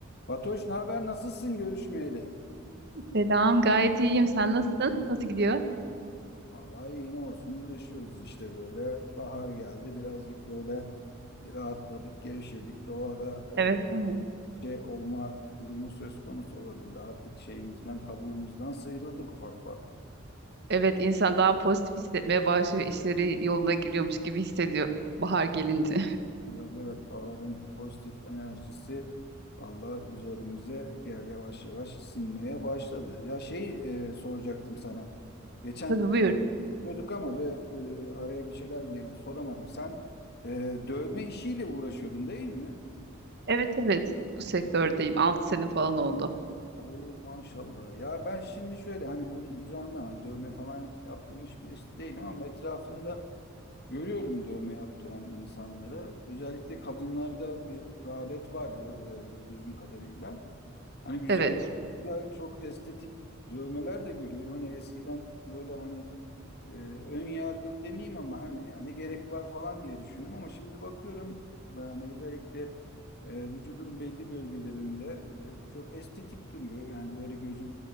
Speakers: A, on the left; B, on the right.
A: Fatoş, ne haber? Nasılsın görüşmeyeli?
B: Selam, gayet iyiyim. Sen nasılsın? Nasıl gidiyor?
A: Vallahi iyi ne olsun uğraşıyoruz işte böyle. Bahar geldi birazcık böyle bir rahatladık, gevşedik. Doğada
B: Evet, değil mi?
A: e, şey olma durumu söz konusu olabildi. Artık şeyimizden, kabuğumuzdan sıyrıldık ufak ufak.
B: Evet, insan daha pozitif hissetmeye başlıyor. İşleri yoluna giriyormuş gibi hissediyor bahar gelince.
A: Evet, evet baharın pozitif enerjisi Allah üzerimize ya- yavaş yavaş sinmeye başladı. Ya şey e, soracaktım sana. Geçen
B: <laughs> Tabii
A: e,
B: buyur.
A: konuşuyorduk ama be, e, araya bir şeyler girdi soramadım. Sen e, dövme işiyle uğraşıyordun değil mi?
B: Evet, evet. Bu sektördeyim. 6 sene falan oldu.
A: Oo maşallah. Ya ben şimdi şöyle hani bunun uzağında hani dövme falan yaptırmış birisi değilim ama etrafımda görüyorum dövme yaptıran insanları. Özellikle kadınlarda bir rağbet var gö- e, gördüğüm kadarıyla. Hani güzel,
B: Evet,
A: güzel çok estetik dövmeler de görüyorum. Hani eskiden böyle hani e, ön yargılı demeyeyim ama hani ya ne gerek var falan diye düşünüyorum ama şimdi bakıyorum yani özellikle e, vücudun belli bölgelerinde e, çok estetik duruyor. Yani böyle gözü